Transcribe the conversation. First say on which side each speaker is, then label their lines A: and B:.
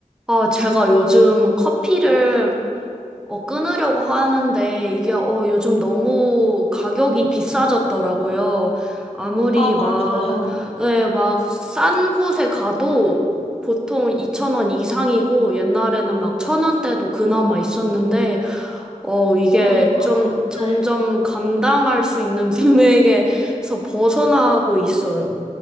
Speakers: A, in the centre; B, on the left.
A: 아, 제가 요즘 커피를 어, 끊으려고 하는데 이게 어, 요즘 너무 가격이 비싸졌더라고요. 아무리
B: 아, 맞아요.
A: 막, 네, 막싼 곳에 가도 보통 2,000원 이상이고 옛날에는 막 1,000원대도 그나마 있었는데 어, 이게
B: 그러니까요.
A: 좀
B: 네.
A: 점점 감당할 수 있는 <laughs> 금액에서 벗어나고 있어요.